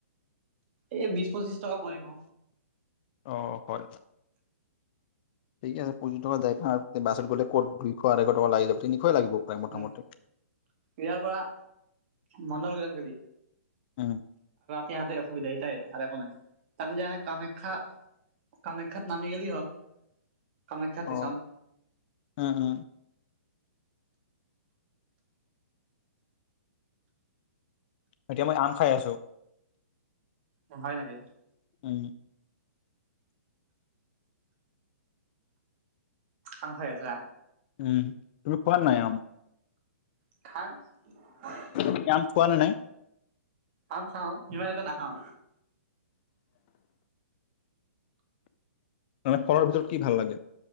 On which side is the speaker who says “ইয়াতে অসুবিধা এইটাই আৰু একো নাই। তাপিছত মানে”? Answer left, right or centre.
Right